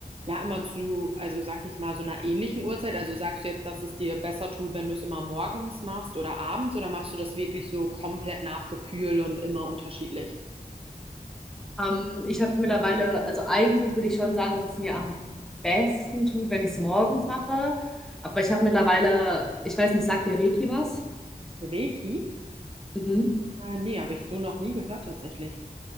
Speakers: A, on the right; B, in the centre.
A: ja immer zu, also sag ich mal, so einer ähnlichen Uhrzeit? Also sagst du jetzt, dass es dir besser tut, wenn du es immer morgens machst oder abends oder machst du das wirklich so komplett nach Gefühl und immer unterschiedlich?
B: Ähm, ich habe mittlerweile, also eigentlich würde ich schon sagen, dass es mir am besten tut, wenn ich es morgens mache. Aber ich habe mittlerweile, ich weiß nicht, sagt dir Reiki was?
A: Reiki?
B: Mhm.
A: Äh, nee, habe ich so noch nie gehört tatsächlich.